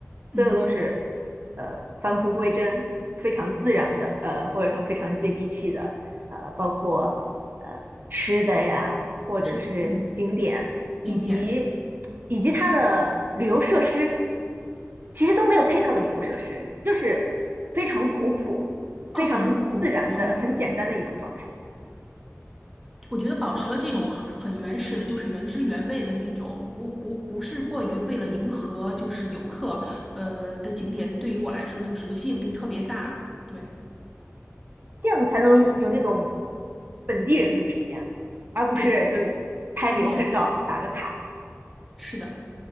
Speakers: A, on the right; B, in the centre.
A: 所有都是
B: 嗯，
A: 呃返璞归真，非常自然的，呃或者说非常接地气的，呃包括呃吃的呀，或者是景点，
B: 是的，嗯，景点
A: 以及以及它的旅游设施，其实都没有配套的旅游设施，就是非常古朴、
B: 哦，
A: 非常自然的、
B: 很古朴，很。
A: 很简单的一种状态，
B: 我觉得保持了这种很原始的，就是原汁原味的那种，不不不是过于为了迎合就是游客，呃的景点，对于我来说就是吸引力特别大。对
A: 这样才能有那种本地人的体验嘛，而不是就是拍个游客照打个卡，
B: 对，当地人的体验。是的，